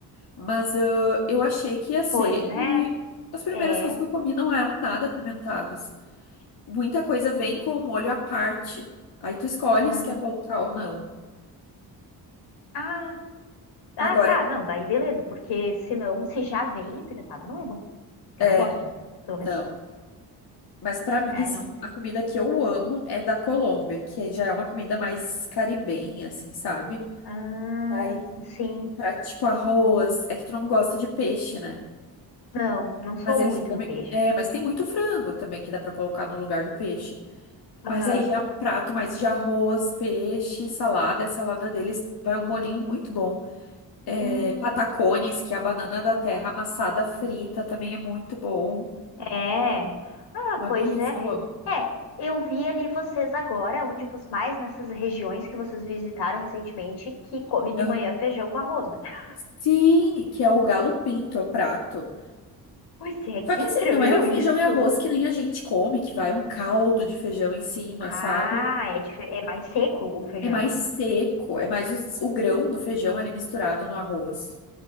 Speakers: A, on the left; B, on the left.
A: Mas ah, eu achei que ia ser.
B: Pois é,
A: E as primeiras
B: é.
A: coisas que eu comi não eram nada apimentadas. Muita coisa vem com o molho à parte. Aí tu escolhe
B: Hum.
A: se quer colocar ou não.
B: Ah, ah,
A: Agora,
B: tá. Não, daí beleza, porque senão, se já vem apimentada, não é bom. Eu
A: é,
B: não gosto, né? Pelo menos.
A: não. Mas pra mim,
B: É,
A: assim,
B: não.
A: a comida que eu amo é da Colômbia, que já é uma comida mais caribenha, assim, sabe?
B: Ah,
A: Aí,
B: sim.
A: um prato tipo arroz. É que tu não gosta de peixe, né?
B: Não, não sou
A: Mas eles
B: muito
A: comem.
B: do peixe.
A: É, mas tem muito frango também que dá pra colocar no lugar do peixe. Mas
B: Aham.
A: aí já é um prato mais de arroz, peixe, salada. E A salada deles vai um molinho muito bom. É,
B: Hum,
A: patacones, que é a banana da terra amassada frita, também é muito bom.
B: é. Ah,
A: Uma
B: pois
A: delícia,
B: é.
A: eu amo.
B: É, eu vi ali vocês agora, onde vocês mais nessas regiões que vocês visitaram recentemente, que come de
A: Aham.
B: manhã feijão com arroz, né? <laughs>
A: Sim, que é o galo pinto, é o prato.
B: Pois é, que
A: Só que
B: estranho
A: assim, não é o feijão
B: isso.
A: e arroz que nem a gente come, que vai um caldo de feijão em cima,
B: Ah,
A: sabe?
B: é, dife- é mais seco o feijão.
A: É mais seco, é mais os- o, grão do feijão ali misturado no arroz.